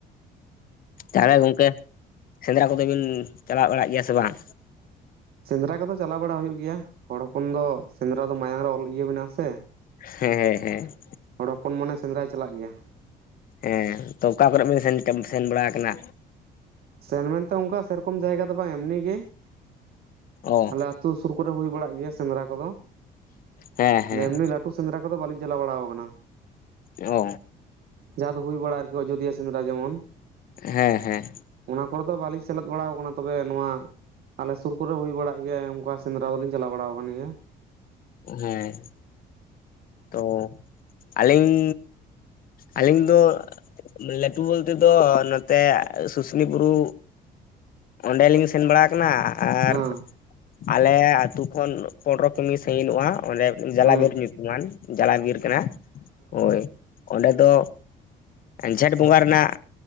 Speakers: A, on the left; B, on the right.
A: ᱛᱟᱦᱚᱞᱮ ᱜᱚᱢᱠᱮ ᱥᱮᱸᱫᱽᱨᱟ ᱠᱚᱫᱚ ᱵᱤᱱ ᱪᱟᱞᱟᱣ ᱵᱟᱲᱟᱜ ᱜᱮᱭᱟ ᱥᱮ ᱵᱟᱝ?
B: ᱥᱮᱸᱫᱽᱨᱟ ᱠᱚᱫᱚ ᱪᱟᱞᱟᱣ ᱵᱟᱲᱟ ᱦᱩᱭᱩᱜ ᱜᱮᱭᱟ ᱦᱚᱲ ᱦᱚᱯᱚᱱ ᱫᱚ ᱥᱮᱸᱫᱽᱨᱟ ᱫᱚ ᱢᱟᱭᱟᱝ ᱨᱮ ᱚᱞ ᱤᱭᱟᱹ ᱢᱮᱱᱟᱜ ᱥᱮ ᱾
A: ᱦᱮᱸ ᱦᱮᱸ ᱦᱮᱸ ᱾
B: ᱦᱚᱲ ᱦᱚᱯᱚᱱ ᱢᱚᱱᱮ ᱥᱮᱸᱫᱽᱨᱟᱭ ᱪᱟᱞᱟᱜ ᱜᱮᱭᱟ ᱾
A: ᱦᱮᱸ ᱛᱚ ᱚᱠᱟ ᱠᱚᱨᱮ ᱵᱮᱱ ᱥᱮᱱ ᱵᱟᱲᱟ ᱠᱟᱱᱟ?
B: ᱥᱮᱱ ᱢᱮᱱᱛᱮ ᱚᱱᱠᱟ ᱥᱮ ᱨᱚᱠᱚᱢ ᱡᱟᱭᱜᱟ ᱫᱚ ᱵᱟᱝ ᱮᱢᱱᱤ ᱜᱮ ᱾
A: ᱚ
B: ᱟᱞᱮ ᱥᱩᱨ ᱥᱩᱨ ᱠᱚᱨᱮ ᱦᱩᱭ ᱵᱟᱲᱟᱜ ᱜᱮᱭᱟ᱾ ᱥᱮᱸᱫᱽᱨᱟ ᱠᱚᱫᱚ
A: ᱦᱮᱸ ᱦᱮᱸ
B: ᱮᱢᱱᱤ ᱞᱟᱹᱴᱩ ᱥᱮᱸᱫᱽᱨᱟ ᱠᱚᱫᱚ ᱵᱟᱹᱞᱤᱧ ᱪᱟᱞᱟ ᱟᱵᱟᱲᱟ ᱾
A: ᱚ᱾
B: ᱡᱟᱦᱟᱸ ᱫᱚ ᱦᱩᱭ ᱠᱟᱲᱟ ᱟᱡᱚᱰᱭᱟ ᱟᱨᱠᱤ ᱡᱩᱫᱤ ᱥᱮᱸᱫᱽᱨᱟ ᱡᱚᱢᱚᱱ ᱾
A: ᱦᱮᱸ ᱦᱮᱸ᱾
B: ᱚᱱᱟ ᱠᱚᱨᱮ ᱫᱚ ᱵᱟᱞᱤᱧ ᱥᱮᱞᱮᱫ ᱵᱟᱲᱟ ᱟᱠᱟᱱᱟ ᱛᱚᱵᱮ ᱱᱚᱣᱟ ᱟᱞᱮ ᱥᱩᱨ ᱠᱚᱨᱮ ᱦᱩᱭ ᱵᱟᱲᱟᱜ ᱚᱱᱠᱟ ᱥᱮᱸᱫᱽᱨᱟ ᱫᱚᱞᱤᱧ ᱪᱟᱞᱟᱣ ᱵᱟᱲᱟ ᱟᱠᱟᱱ ᱜᱮᱭᱟ ᱾
A: ᱦᱮᱸ ᱛᱚ ᱟᱹᱞᱤᱧ, ᱟᱹᱞᱤᱧ ᱫᱚ ᱞᱟᱹᱴᱩ ᱵᱚᱞᱛᱮᱫᱚ ᱱᱚᱛᱮ ᱥᱩᱥᱱᱤ ᱵᱩᱨᱩ᱾ ᱚᱸᱰᱮᱞᱤᱧ ᱥᱮᱱ ᱵᱟᱲᱟ ᱟᱠᱟᱱᱟ ᱟᱨ,
B: ᱦᱮᱸ
A: ᱟᱞᱮ ᱟᱹᱛᱩ ᱠᱷᱚᱱ ᱯᱚᱨᱚᱵᱽ ᱠᱟᱹᱢᱤ ᱥᱟᱹᱜᱤ ᱧᱚᱜ-ᱟ ᱚᱸᱰᱮ ᱡᱟᱞᱟ
B: ᱦᱮᱸ
A: ᱵᱤᱨ ᱧᱩᱛᱩᱢᱟᱱ᱾ ᱡᱟᱞᱟ ᱵᱤᱨ ᱠᱟᱱᱟ ᱦᱳᱭ ᱚᱸᱰᱮ ᱫᱚ᱾ ᱡᱷᱮᱸᱴ ᱵᱚᱸᱜᱟ ᱨᱮᱱᱟᱜ